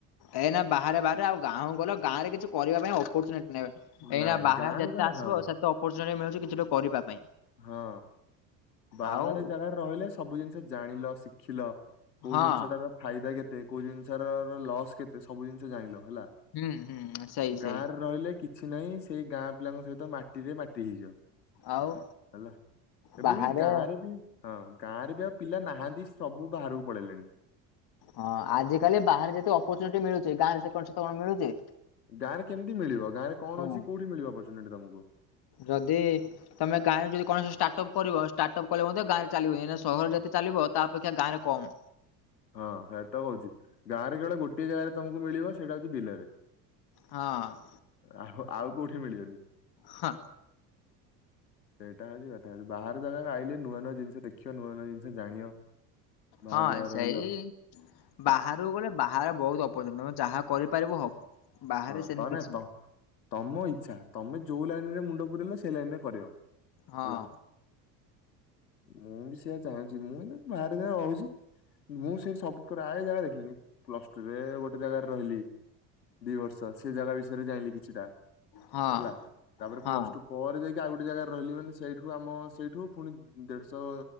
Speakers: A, on the left; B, on the left.
A: ଏନା ବାହାରେ ବାହାରେ ଆଉ ଗାଁକୁ ଗଲେ ଗାଁ ରେ କିଛି କରିବା ପାଇଁ ଅପର୍ଚୁନିଟି ନେବେ ଏଇନା
B: ନାଇଁ
A: ବାହାରେ
B: ଗାଁକୁ
A: ଯେତେ
B: ଯାଇ
A: ଆସିବ
B: ହଁ
A: ସେତେ ଅପରଚୁନିଟି ଜିନିଷ ଟା ମିଳୁଛି କରିବା ପାଇଁ।
B: ହଁ ବାହାରେ
A: ଆଉ
B: ଜାଗାରେ ରହିଲେ ସବୁ ଜିନିଷ ଜାଣିଲ ଶିଖିଲ। କୋଉ
A: ହଁ
B: ଜିନିଷଟାର ଫାଇଦା କେତେ କୋଉ ଜିନିଷ ର ଲସ୍ କେତେ ସବୁ ଜିନିଷ ଜାଣିଲ? ହେଲା
A: ହୁଁ ହୁଁ ସେଇ ସେଇ।
B: ଗାଁରେ ରହିଲେ କିଛି କିଛି ନାହିଁ ସେଇ ଗାଁ ପିଲାଙ୍କ ସହିତ ମାଟିରେ ମାଟି ହେଇଯିବ।
A: ଆଉ
B: ହେଲା ଏବେ
A: ବାହାରେ
B: ବି, ଗାଁରେ ବି, ହଁ ଗାଁରେ ବି ପିଲା ନାହାନ୍ତି ସବୁ ବାହାରକୁ ପଳେଇଲେଣି।
A: ହଁ ଆଜି କାଲି ବାହାରେ ଯେତେ ଅପରଚୁନିଟି ମିଳୁଛି ଗାଁରେ କଣ ସତ କଣ ମିଳୁଛି?
B: ଗାଁ ରେ କେମିତି ମିଳିବ, ଗାଁରେ କଣ
A: ହଁ
B: ଅଛି କୋଉଠି ମିଳିବ ଅପର୍ଚୁନି ତମକୁ?
A: ଯଦି ତମେ ଗାଁରେ ଯଦି କୌଣସି ଷ୍ଟାର୍ଟ ଅପ୍ କରିବ ଷ୍ଟାର୍ଟ ଅପ୍ କଲେ ମଧ୍ୟ ଗାଁରେ ଚାଲିବ ସହର ଯ ଚାଲିବ, ତା ଅପେକ୍ଷା ଗାରେ କମ।
B: ହଁ ହେରାତ କହୁଛି ଗାଁ ରେ କେବଳ ଗୋଟେ ଜାଗାରେ ତମକୁ ମିଳିବ ସେଇଟା ହଉଛି ବିଲରେ
A: ହଁ ଅଁ
B: ଆଉ ଆଉ କୋଉଠି ମିଳିବନି?
A: ହଁ
B: ସେଇଟା ହଉଛି କଥା, ହଉଛି ବାହାର ଜାଗାକୁ ଆଇଲେେ ନୂଆ ନୂଆ ଜିନିଷ ଦେଖଅ ନୂଆ ନୂଆ ଜିନିଷ ଜାଣଅ। ବାହାର
A: ହଁ
B: ଯାଏ
A: ସେଇ
B: ରହିଲା।
A: ବାହାରକୁ ଗଲେ, ବାହାରେ ବହୁତ ଅପଚ ତମେ ଯାହା କରିପାରିବ ହବ। ବାହାରେ
B: ହଁ
A: ସେମିତି
B: ତମେ
A: କିଛି
B: ତ
A: ନାହିଁ।
B: ତମ ଇଛା ତମେ ଯୋଉ ଲାଇନରେ ମୁଣ୍ଡ ପୁରିଲ ସେ ଲାଇନ ରେ କରିବ।
A: ହଁ
B: ହେଲା।
A: ଅଁ
B: ମୁଁ ବି ସେୟଆ ଚାହୁଁଚି ମୁଁ ଏଇନା ବାହାରେ ଯାଇ ରହୁଛି। ମୁଁ ସେଇଟି ସବୁ ପ୍ରାୟ ଜାଗା ଦେଖିଲିଣି, ପ୍ଲସଟୁ ରେ ଗୋଟେ ଜାଗାରେ ରହିଲି। ଦି ବର୍ଷ ସେ ଜାଗା ବିଷୟରେ ଜାଇଁଲି କିଛିଟା
A: ହଁ
B: ହେଲା, ତାପରେ
A: ହଁ
B: ପ୍ଲସ ଟୁ ପରେ ଯାଇକି ଯେ ଆଉ ଗୋଟେ ଜାଗାରେ ରହିଲି ମାନେ ସେଇଠୁ ଆମ ସେଇଠୁ ପୁଣି ଦେଢଶହ